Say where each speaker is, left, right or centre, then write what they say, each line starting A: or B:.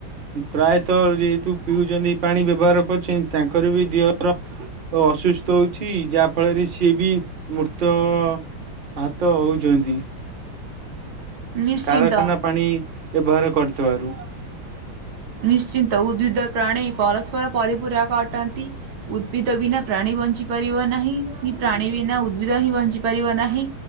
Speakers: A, on the right; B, on the right.
A: ପ୍ରାୟତଃ ଯେହେତୁ ପିଉଚନ୍ତି ପାଣି ବ୍ୟବହାର କରୁଛନ୍ତି। ତାଙ୍କର ବି ଦେହର ଅସୁସ୍ଥ ହଉଛି। ଯାହା ଫଳରେ ସିଏ ବି ମୃତ ହାତ ହେଉଛନ୍ତି।
B: ନିଶ୍ଚିନ୍ତ।
A: କାରଖାନା ପାଣି ବ୍ୟବହାର କରୁଥିବାରୁ।
B: ନିଶ୍ଚିନ୍ତ ଉଦ୍ଭିଦ ପ୍ରାଣୀ ପରସ୍ପର ପରିପୂରକ ଅଟନ୍ତି। ଉଦ୍ଭିଦ ବିନା ପ୍ରାଣୀ ବଞ୍ଚିପାରିବ ନାହିଁ କି ପ୍ରାଣୀ ବିନା ଉଦ୍ଭିଦ ହିଁ ବଞ୍ଚିପାରିବ ନାହିଁ।